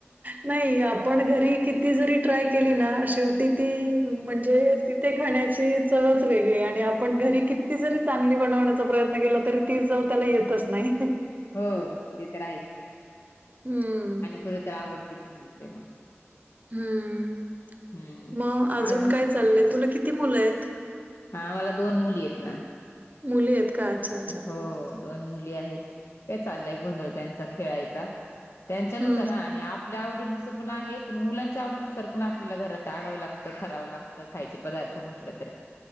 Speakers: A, on the right; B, on the left.
A: नाही आपण घरी किती जरी ट्राय केली ना शेवटी. तिथती म्हणजे. ते खाण्याची चवच वेगळी आणि आपण घरी किती जरी चांगली बनवण्याचा प्रयत्न केला तरी. ती जाऊ त्याला येतच नाही.
B: हो ते तर आहेच की.
A: हम्म.
B: खरं तर आवडतीच म्हणायचं आहे मग.
A: हम्म
B: हम्म
A: मग अजून
B: आज
A: काय चाललंय तुला किती मुलं आहेत.
B: हा आम्हाला दोन मुली आहेत ना.
A: मुली आहेत का. अच्छा.
B: हो दोन मुली आहेत काय चाललंय गोंधळ त्यांचा खेळायचा. त्यांच्यानुसार
A: हं,
B: हा आणि. आपल्या आवडीनुसार पण आहे पण मुलांच्या आवडीनुसार पण आपल्याला घरात आणाव लागतं करावं लागतं. खायचे पदार्थ म्हंटलं तर